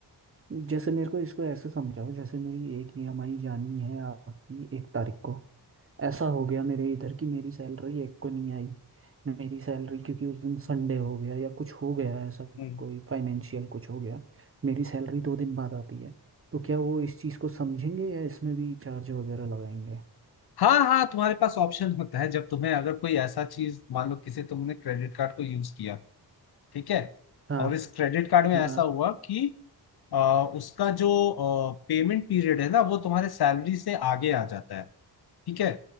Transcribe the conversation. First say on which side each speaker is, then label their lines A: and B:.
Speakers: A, on the right; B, on the left.
A: जैसे मेरे को इसको ऐसे समझाओ जैसे मेरी एक ईएमआई जानी है आपकी एक तारीख को ऐसा हो गया मेरे इधर की मेरी सैलरी एक को नहीं आई मेरी सैलरी क्योंकि उस दिन संडे हो गया या कुछ हो गया ऐसा
B: हम्म।
A: कोई फाइनेंशियल कुछ हो गया मेरी सैलरी दो दिन बाद आती है तो क्या वो इस चीज़ को समझेंगे या इसमें भी चार्ज वगैरह लगाएंगे
B: हाँ हाँ तुम्हारे पास ऑप्शन होता है जब तुम्हें अगर कोई ऐसा चीज मान लो किसी तुमने क्रेडिट कार्ड को यूज किया ठीक है
A: हाँ
B: और इस क्रेडिट कार्ड में
A: हाँ
B: ऐसा
A: हाँ।
B: हुआ कि अ, उसका जो पेमेंट पीरियड है ना वो तुम्हारे सैलरी से आगे आ जाता है ठीक है